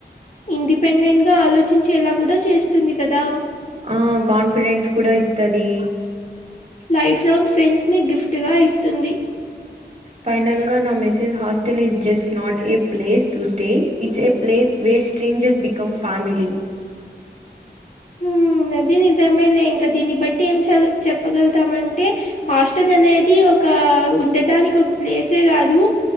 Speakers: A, on the left (about 45°); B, on the right (about 40°).
A: ఇండిపెండెంట్గా ఆలోచించేలా కూడా చేస్తుంది కదా
B: ఆ కాన్ఫిడెన్స్ కుడా ఇస్తది.
A: లైఫ్లాంగ్ ఫ్రెండ్స్ని గిఫ్ట్గా ఇస్తుంది.
B: ఫైనల్గా నా message hostel is just not a place to stay it's a place where strangers become family.
A: <inaudible> ఉ అది నిజమే లే ఇంకా దీన్ని బట్టి ఏం చ చెప్పగలుతామంటే హాస్టల్ అనేది ఒక ఉండటానికి ఒక ప్లేసే కాదు